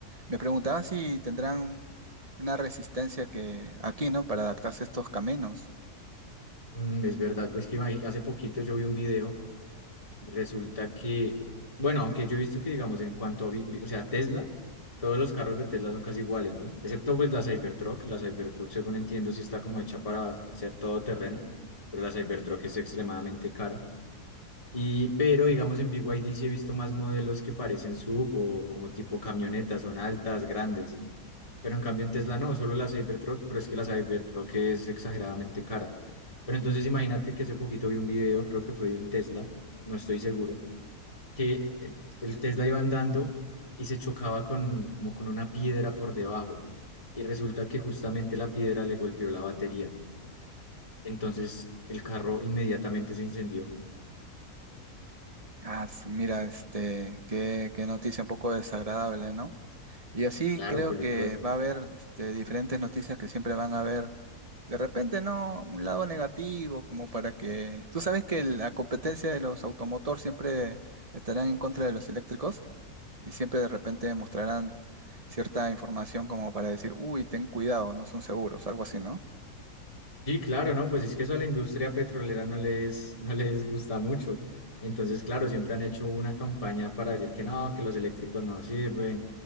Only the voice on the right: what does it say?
Me preguntaba si tendrán una resistencia que aquí, ¿no? Para adaptarse a estos caminos.
Ah, su- mira, este, qué, qué noticia un poco desagradable, ¿no? Y así
creo
que va a haber este, diferentes noticias que siempre van a haber, de repente, ¿no? Un lado negativo, como para que... Tú sabes que la competencia de los automotor siempre estarán en contra de los eléctricos y siempre de repente mostrarán cierta información como para decir, uy, ten cuidado, no son seguros, algo así, ¿no?